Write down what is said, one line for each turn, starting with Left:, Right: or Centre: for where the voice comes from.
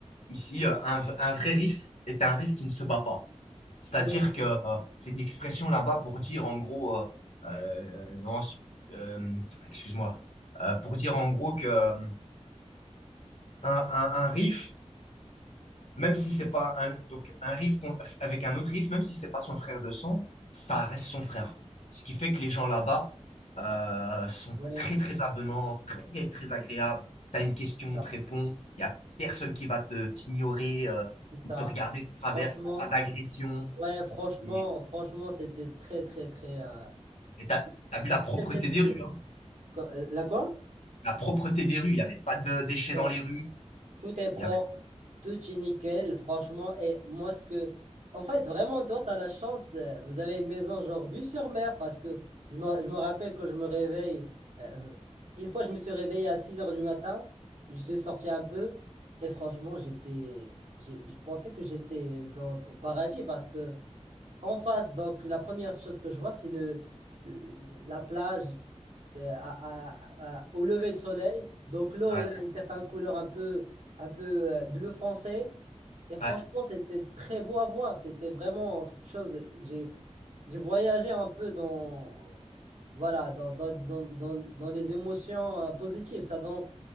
Left: ici, euh, un, v- un vrai riff est un riff qui ne se bat pas. C'est-à-dire
Right: Oui,
Left: que euh, c'est une expression là-bas pour dire en gros, euh, euh, non, euh, excuse-moi, euh, pour dire en gros que euh, un, un, un riff, même si c'est pas un, donc un riff avec un autre riff, même si c'est pas son frère de sang, ça reste son frère. Ce qui fait que les gens là-bas euh, sont
Right: oui,
Left: très très avenants, très très agréables. T'as une question,
Right: ça,
Left: on te répond. Il y a personne qui va te t'ignorer euh,
Right: c'est ça.
Left: ou te regarder de travers.
Right: Franchement.
Left: Il n'y a pas d'agression.
Right: Ouais, franchement,
Left: C'est-
Right: franchement, c'était très, très, très. euh,
Left: Et
Right: c'était
Left: t'as,
Right: une
Left: t'as vu la propreté
Right: très belle sauve-
Left: des rues, hein.
Right: Quoi- euh, La quoi?
Left: La propreté des rues. Il n'y avait pas de déchets
Right: Ouais.
Left: dans les rues.
Right: Tout est propre,
Left: Il y avait.
Right: tout est nickel, franchement. Et moi, ce que. En fait, vraiment, toi, tu as la chance. euh, vous avez une maison, genre, vue sur mer, parce que je me, je me rappelle quand je me réveille. euh, une fois, je me suis réveillé à 6 heures du matin. Je suis sorti un peu. Et franchement, j'étais. j'ai- Je pensais que j'étais dans, au paradis parce que. En face, donc la première chose que je vois, c'est le la plage euh, à- à- à- au lever du soleil. Donc l'eau,
Left: Ouais,
Right: elle a une certaine couleur un peu un peu euh, bleu foncé. Et franchement,
Left: ouais,
Right: c'était très beau à voir. C'était vraiment quelque chose. J'ai j'ai voyagé un peu dans voilà dans dans, dans, dans, dans les émotions euh, positives. Ça donne